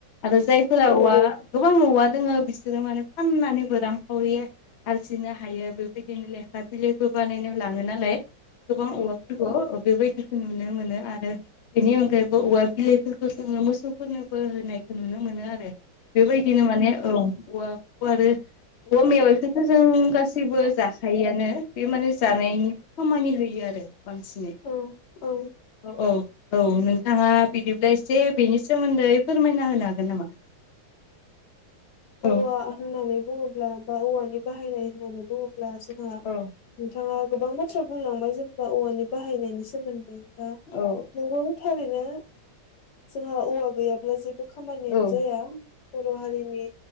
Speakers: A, on the left (about 80°); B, on the left (about 60°).
A: आरो जायफोरा औवा गोबां न'वआ दङो बिसोरो माने फाननानैबो रांखावरि आरजिनो हायो बे बिदिनो लेखा बिलाइबो बानायनो लाङो नालाय गोबां औवा अ बेबायदिखौ नुनो मोनो आरो बेनि अनगायैबो औवा बिलाइफोरखौ जोङो मोसौफोरनोबो होनायखौ नुनो मोनो आरो बेबायदिनो माने औ औवाखौ आरो औवा मेवाइखौथ' जों गासैबो जाखायो। बे माने जानायनिबो खामानि होयो आरो बांसिनै
B: औ औ
A: औ औ औ नोंथाङा बिदिब्ला एसे बेनि सोमोन्दै फोरमायना लागोन नामा औ
B: औवा होननानै बुङोब्ला बा औवानि बाहायनाय होननानै बुङोब्ला जोंहा
A: औ
B: नोंथाङा गोबां बाथ्रा बुंलांबाय जेनेबा औवानि बाहायनायनि सोमोन्दै दा
A: औ
B: नोंगौ थारैनो जोंहा औवा गैयाब्ला जेबो खामायनायानो
A: औ
B: जाया बर' हारिनि